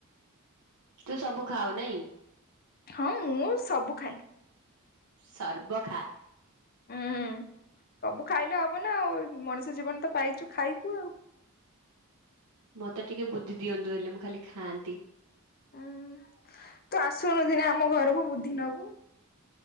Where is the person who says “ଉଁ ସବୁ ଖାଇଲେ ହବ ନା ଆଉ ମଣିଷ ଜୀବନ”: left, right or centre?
Left